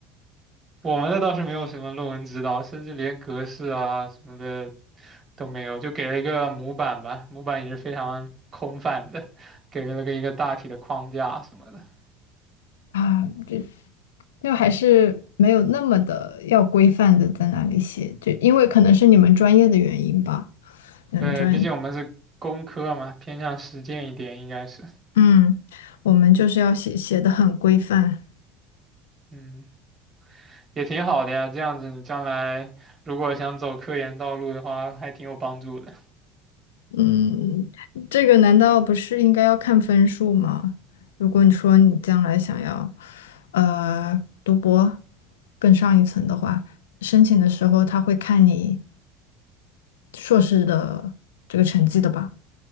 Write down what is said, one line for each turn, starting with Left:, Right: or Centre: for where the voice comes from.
Right: 我们的倒是没有什么论文指导，甚至连格式啊什么的都没有，就给了一个模板吧，模板也是非常空泛的，给了个一个大体的框架什么的。
Left: 啊，就就还是没有那么的要规范的在那里写，就因为可能是你们专业的原因吧，你们专
Right: 对，毕竟我们是工科嘛，偏向实践一点，应该是，
Left: 嗯，我们就是要写写的很规范。
Right: 嗯，也挺好的呀。这样子你将来如果想走科研道路的话，还挺有帮助的。
Left: 嗯，这个难道不是应该要看分数吗？如果你说你将来想要，呃，读博更上一层的话，申请的时候他会看你硕士的这个成绩的吧，